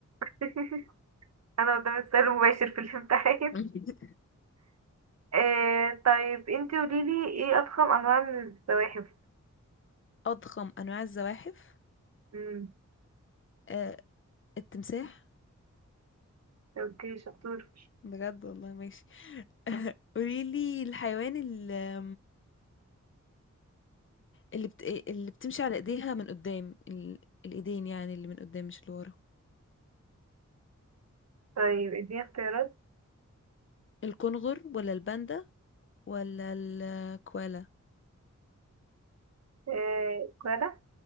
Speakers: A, on the right; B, on the left.
A: <laughs> انا قدام السؤال المباشر في الامتحان
B: <laughs>
A: <laughs> آه طيب انتي قوليلي ايه اضخم انواع من الزواحف
B: اضخم انواع الزواحف
A: امم
B: آه التمساح
A: اوكي شطور
B: بجد والله ماشي <laughs> قولي لي الحيوان اللي اللي, بت... اللي بتمشي على ايديها من قدام ال... الايدين يعني اللي من قدام مش اللي ورا
A: طيب اديني اختيارات
B: الكنغر ولا الباندا ولا الكوالا
A: آه كوالا